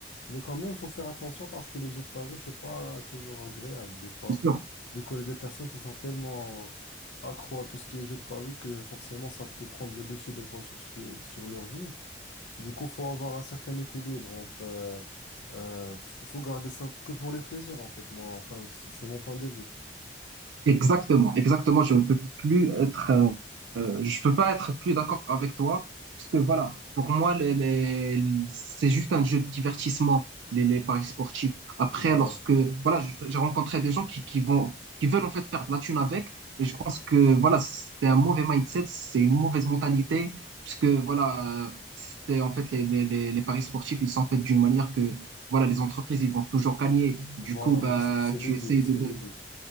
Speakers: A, on the left; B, on the right.
A: mais quand même, faut faire attention parce que les jeux de paris, c'est pas toujours agréable. Des fois,
B: bien sûr.
A: je connais des personnes qui sont tellement accro à tout ce qui est jeux de paris que forcément, ça peut prendre le dessus des fois sur ce qui est- sur leur vie. Du coup, faut avoir un certain équilibre entre, euh, euh, f- faut garder ça que pour le plaisir, en fait. Moi, enfin, c'est c'est mon point de vue.
B: Exactement, exactement. Je ne peux plus être. euh, euh, je peux pas être plus d'accord avec toi, parce que voilà, pour moi, les, les- c'est juste un jeu de divertissement, les, les paris sportifs. Après,
A: Voilà.
B: lorsque, voilà, j- j'ai rencontré des gens qui, qui vont, qui veulent en fait faire de la thune avec, et je pense que voilà, c'est un mauvais mindset, c'est une mauvaise mentalité, puisque voilà, euh, c'est en fait les, les, les, les paris sportifs, ils sont faits d'une manière que, voilà, les entreprises, ils vont toujours gagner. Du
A: Voilà.
B: coup, bah,
A: Donc, c'est c'est
B: tu
A: le
B: essayes
A: but, c'est
B: de,
A: le but.